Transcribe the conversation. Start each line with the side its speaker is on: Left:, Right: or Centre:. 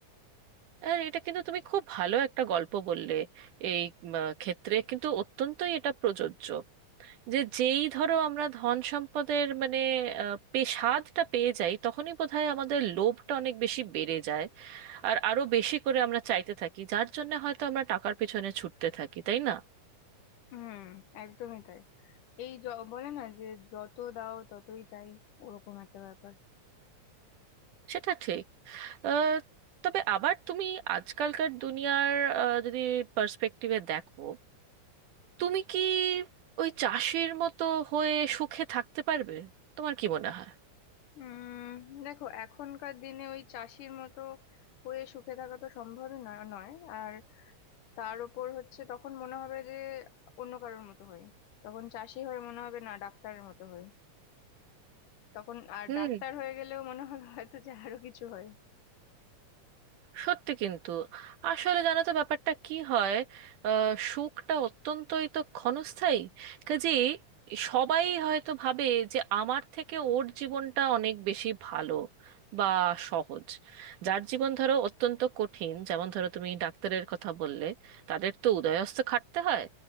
Right: আর এটা কিন্তু তুমি খুব ভালো একটা গল্প বললে এই উম, আহ, ক্ষেত্রে কিন্তু অত্যন্তই এটা প্রযোজ্য যে যেই ধরো আমরা ধন সম্পদের মানে আহ, পে- স্বাদটা পেয়ে যাই তখনই বোধহয় আমাদের লোভটা অনেক বেশি বেড়ে যায় আর আরো বেশি করে আমরা চাইতে থাকি যার জন্য হয়তো আমরা টাকার পেছনে ছুটতে থাকি তাই না
Left: হুম একদমই তাই এই য- বলে না যে যত দাও ততই চাই ওরকম একটা ব্যাপার
Right: সেটা ঠিক আহ, তবে আবার তুমি আজকালকার দুনিয়ার আহ, যদি পার্সপেক্টিভে দেখো তুমি কি ওই চাষির মতো হয়ে সুখে থাকতে পারবে তোমার কি মনে হয়
Left: উম দেখো এখনকার দিনে ওই চাষির মতো হয়ে সুখে থাকা তো সম্ভবই না নয় আর তার উপর হচ্ছে তখন মনে হবে যে অন্য কারোর মতো হয় তখন চাষি হয়ে মনে হবে না ডাক্তারের মতো হয় তখন আর
Right: হুম
Left: ডাক্তার হয়ে গেলেও মনে হবে হয়তো যে আরো কিছু হয়
Right: সত্যি কিন্তু আসলে জানো তো ব্যাপারটা কি হয় আহ, সুখটা অত্যন্তই তো ক্ষণস্থায়ী কাজে সবাই হয়তো ভাবে যে আমার থেকে ওর জীবনটা অনেক বেশি ভালো বা সহজ যার জীবন ধরো অত্যন্ত কঠিন যেমন ধরো তুমি ডাক্তারের কথা বললে তাদের তো উদয়স্থ খাটতে হয়